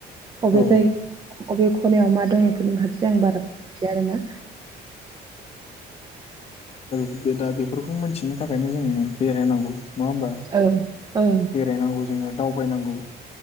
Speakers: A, on the right; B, on the left.
A: अबे
B: औ
A: जायगा अबे ख खनायाव मा दं ए फोरनि फारसे आं बारा मिथिया आरोना।
B: औ बे दा बेफोरखौ मोनथिनो थाखायनो जोंनो बेरायनांगौ। नङा होमबा?
A: ओं ओं
B: बेरायनांगौ जोङो। दावबायनांगौ।